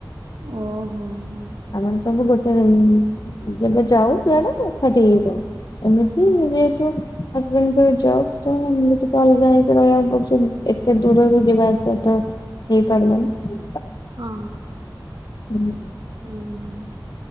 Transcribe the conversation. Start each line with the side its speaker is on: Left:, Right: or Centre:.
Right: ଓହୋ ହୋ।
Left: ଆମର ସବୁ ଗୋଟେ ଯେବେ ଯାଉ ଯୁଆଡା ଖାଠ ହେଇ ରହୁ ଏମିତି ଯେହେତୁ ହଜବେଣ୍ଡଙ୍କର ଜବ ତ ଏମତି ଟିକେ ଅଲଗା ହେଇକି ରହିବାକୁ ପଡୁଛନ୍ତି। ଏତେ ଦୂରରୁ ଯିବା ଆସିବା ତ ହେଇପାରିବନି।
Right: ହଁ।
Left: ହୁଁଁ।
Right: ହୁଁ ହ।